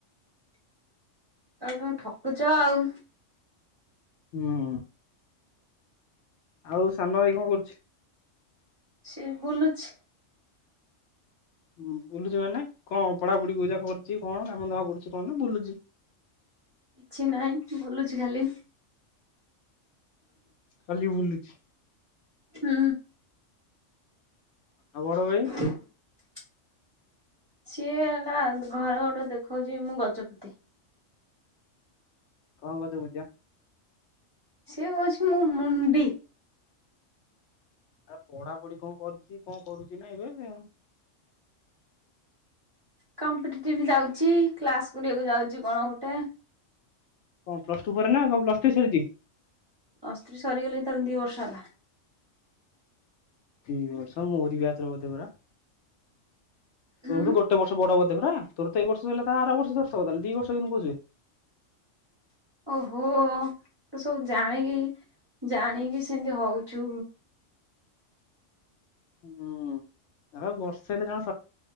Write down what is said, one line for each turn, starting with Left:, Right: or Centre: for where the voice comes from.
Right: ତାହେଲେ ତମେ ଠକୁଚ ଆଉ।
Left: ହୁଁ। ଆଉ ସାନ ଭାଇ କଣ କରୁଚି?
Right: ସିଏ ବୁଲୁଛି।
Left: ହୁଁ ବୁଲୁଚଚ ମାନେ କଣ ପଢାପଢି କୋଉଯାଏ କରିଚି କଣ କାମ ଦାମ କରୁଛି କଣ ବୁଲୁଚି?
Right: କିଛି ନାହିଁ ବୁଲୁଚି ଖାଲି।
Left: ଖାଲି ବୁଲୁଚି।
Right: ହୁଁ।
Left: ଆଉ ବଡ଼ଭାଇ?
Right: <inaudible> ସିଏ ହେଲା ଘରେ ଗୋଟେ ଦେଖଉଛି ମୁଁ ଗଜପତି।
Left: କଣ ଗଜପତିବା?
Right: ସିଏ କହୁଛି ମୁଁ ମୁଣ୍ଡି।
Left: ଆରେ ପଢାପଢି କଣ କରିଛି କଣ କରୁଛି ନା ଏବେ ଏ?
Right: କମ୍ପିଟିଟିଭ ଯାଉଛି କ୍ଲାସ କରିବାକୁ ଯାଉଛି କଣ ଗୋଟେ?
Left: କଣ ପ୍ଲସ ଟୁ ପରେ ନା କଣ ପ୍ଲସ ଥ୍ରୀ ସରିଛି?
Right: ପ୍ଲସ ଥ୍ରଇ ସରିଗଲାଣି ତାର ଦି ବର୍ଷ ହେଲା।
Left: ଦି ବର୍ଷ ମୋରି ବ୍ୟାଚର ବୋଧେ ପରା।
Right: ହୁଁ
Left: ତୋଠୁ ଗୋଟେ ବର୍ଷ ବଡ଼ ବୋଧେ ପରା ତୋର ତ ଏଇ ବର୍ଷ ସରିଲା ତାର ଆର ବର୍ଷ ସରିଥିବ ତାହେଲେ ଦି ବର୍ଷ କେମିତି କହୁଚୁ?
Right: ଓହୋ ତୁ ସବୁ ଜାଣିକି ଜାଣିକି ସେମିତି ହଉଛୁ।
Left: ହୁଁ ଆଉ ବର୍ଷେ ହେଲେ ଜଣ